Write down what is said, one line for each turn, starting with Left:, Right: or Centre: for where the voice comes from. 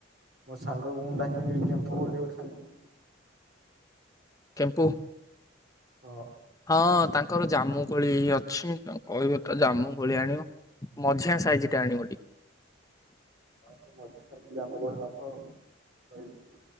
Right: ମୋ ସାଙ୍ଗକୁ ମୁଁ ଡାକିନେବି କେମ୍ପୁ ବୋଲି ଗୋଟେ ସାଙ୍ଗକୁ।
Left: କେମ୍ପୁ?
Right: ହଁ।
Left: ହଁ ତାଙ୍କର ଜାମୁ କୋଳି ଅଛି। କହିବ ତ ଜାମୁ କୋଳି ଆଣିବ ମଝିଆ ସାଇଜ୍ ଟା ଆଣିବ ଟିକେ?
Right: ହଁ ସେ ମଝି ସାଇଜ୍ ଜାମୁ କୋଳି ନବ ଆଉ କହିଲି।